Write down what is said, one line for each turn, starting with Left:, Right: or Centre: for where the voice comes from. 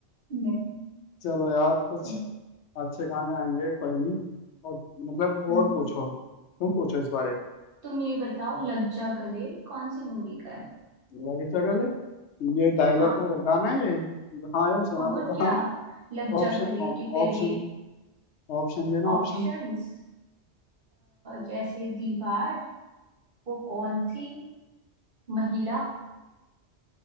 Right: नहीं
Left: चलो यार कुछ
Right: चल
Left: अच्छे गाने आएंगे कोई नहीं और मतलब और
Right: हम्म,
Left: पूछो तुम पूछो इस बारे
Right: तुम ये बताओ लग जा गले कौन सी मूवी का है
Left: लगे चगले ये डायलॉग
Right: हाँ
Left: ओ गाना है ये हाँ यार सुना
Right: और
Left: तो था
Right: क्या लग
Left: ऑप्शन
Right: जा गले कि फिर
Left: ऑप्शन
Right: ये
Left: ऑप्शन देना
Right: ऑप्शंस
Left: ऑप्शन
Right: जैसे दीवार वो कौन थी महिला